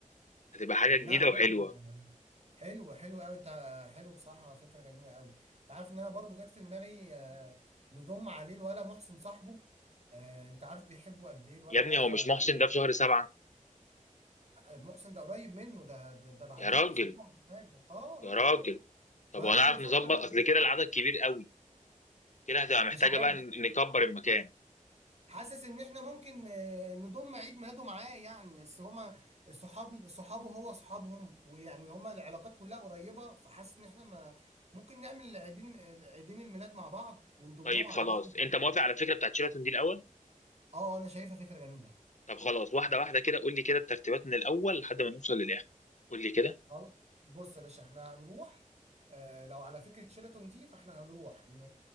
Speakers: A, on the left (about 60°); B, on the right (about 50°).
A: هتبقى حاجة
B: لا
A: جديدة وحلوة
B: حلو حلو حلو قوي انت حلو بصراحه فكره جميله قوي انت عارف ان انا برضو جت في دماغي آه، نضم عليه الولا محسن صاحبه آه، انت عارف بيحبه قد ايه الواد
A: يا ابني
B: ده
A: هو
B: فلا
A: مش محسن ده في شهر سبعة
B: محسن ده قريب منه ده ده, ده بعديه
A: يا راجل
B: باسبوع ولا حاجه اه اه
A: يا راجل
B: اه
A: طب
B: ما انا
A: هو
B: بقى
A: نعرف
B: بفكر
A: نظبط أصل كده العدد كبير قوي كده هتبقى محتاجة
B: مش عارف
A: بقى ن- نكبر المكان
B: حاسس ان احنا ممكن آه، نضم عيد ميلاده معاه يعني بس هما الصحاب صحابه هو اصحابهم ويعني هما العلاقات كلها قريبه فحاسس ان احنا ما ممكن نعمل عيدين عيدين الميلاد مع بعض ونضمهم
A: طيب
B: على
A: خلاص
B: بعض
A: أنت
B: تبقى
A: موافق على الفكرة بتاعت شيراتون دي الأول؟
B: اه انا شايفها فكره جميله
A: طب خلاص واحدة واحدة كده قول لي كده الترتيبات من الأول لحد ما نوصل للآخر قول لي كده
B: خلاص بص يا باشا احنا هنروح آه لو على فكره شيراتون دي فاحنا هنروح ن...